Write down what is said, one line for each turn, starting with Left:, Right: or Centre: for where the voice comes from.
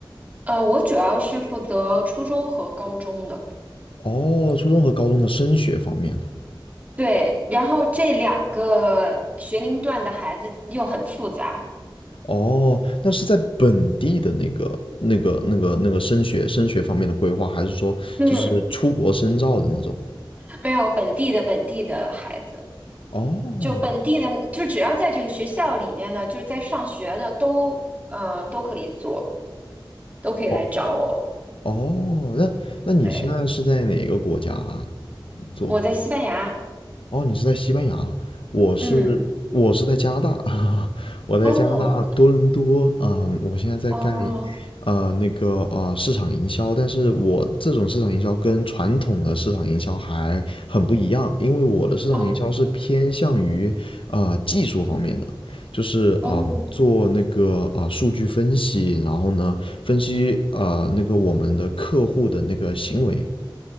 Right: 呃，我主要是负责初中和高中的，
Left: 哦，初中和高中的升学方面的。
Right: 对，然后这两个学龄段的孩子又很复杂。
Left: 哦，那是在本地的那个那个那个那个升学升学方面的规划，还是说就是出国深造的那种？
Right: 嗯，没有本地的本地的孩子，
Left: 哦，
Right: 就本地的，就只要在这个学校里面呢，就是在上学的都，呃，都可以做，都可以来找我。
Left: 哦，哦，那那你现在是在哪个国家
Right: 对，
Left: 做啊？
Right: 我在西班牙，
Left: 哦，你是在西班牙，我是我是在加拿大
Right: 嗯。
Left: <laughs> 啊我在加拿大多伦多，
Right: 哦
Left: 嗯，我现在在干，
Right: 哦
Left: 呃，那个啊，市场营销，但是我这种市场营销跟传统的市场营销还很不一样，因为我的市场营销是偏向于啊技术方面的，
Right: 哦
Left: 就是啊、
Right: 哦
Left: 呃做那个啊、呃数据分析，然后呢分析啊那个我们的客户的那个行为。